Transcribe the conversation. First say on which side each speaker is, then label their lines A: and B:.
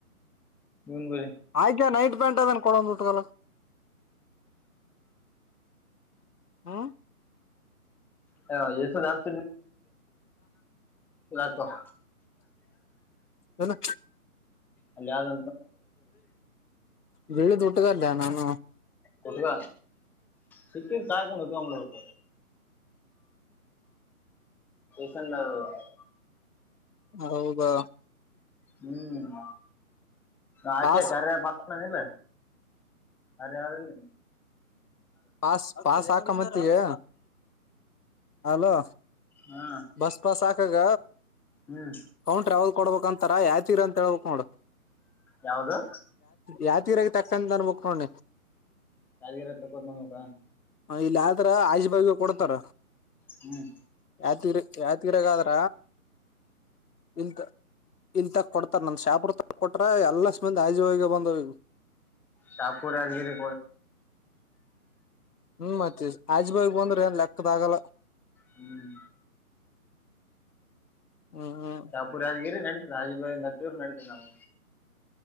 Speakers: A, in the centre; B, on the left.
A: ಮುಂಬೈ
B: ಆಯ್ಕೆ ನೈಟ್ ಪ್ಯಾಂಟು ಆದೇನು ಕೊಡು ಒಂದು ಪುಟ್ಟಗಲಿ ಹಾ
A: ಹ ಯಸು ಆತ ಆತ <inaudible>
B: ಏನು
A: ಅಲ್ಲ ಯಾರು
B: ಬೆಳ ಟ್ಟಗಲ್ಲ ನಾನು
A: ಕಟಗ ಸಕ್ಕಿಮ ಕಾಯಕಾಣ ತುರ ಸನ್ <inaudible>
B: ಹೌದಾ
A: ಹ್ಮ್ ಆಕೆ
B: ಪಾಸ್
A: ಕರಿ ಪತ್ರಿಲ್ಲ ಅರಿ <inaudible>
B: ಪಾಸ್ ಪಾಸ್ ಹಾಕ ಮತ್ತಿಗೆ ಹಲೋ
A: ಹಾ
B: ಬಸ್ ಪಾಸ್ ಆಕಾಗ
A: ಹ್ಮ್
B: ಕೌಂಟ್ರ ಯಾವುದು ಕೊಡ್ಬೇಕ ಅಂತಾರ ಯಾದಗಿರಿ ಅಂತ ಹೇಳಬೇಕು ನೋಡು
A: ಯಾವದು
B: ಯಾದಗಿರಾಗ ತಕ್ಕಂತೀನಿ ಅನ್ನಬೇಕು ನೋಡು ನೀ
A: ಗಾದಿರ ತಕ್ಕಕತ್ ನಕಾ <inaudible>
B: ಹ ಇಲ್ಲಿ ಆದ್ರ ಆದ್ರೂ ಬಾಜಿಗೆ ಕೊಡ್ತಾರ
A: ಹ್ಮ್
B: ಯಾದಗಿರಿ ಯಾದಗಿರೆಗಾದ್ರ ಇಲ್ ಇಲ್ ತ ಕೊಡ್ತಾರ ನಮ್ಮ ಶಹಪುರ್ ತಾಲೂಕು ಕೊಟ್ಟಾರ ಎಲ್ಲ ಮಂದಿ ಕಾಜು ಹೋಗಿ ಬಂದವ
A: ಶಾಪುರ್ ಯಾದಗಿರಿ
B: ಹ್ಮ್ ಮತ್ತೆ ಆಜ್ ಬಾಯಿಗೆ ಹೋಗಿ ಬಂದರೆ ಬಂದ್ರೆ ಲೆಕ್ಕದ ಆಗಲ್ಲ
A: ಹ್ಮ್
B: ಹ್ಮ ಹ
A: ಪೂರ ರಾಜಗಿರಿ ನಡೀದೆ ರಾಜೀಬೇರಿ ನದೂರು ನಡತದೆ ನಾವು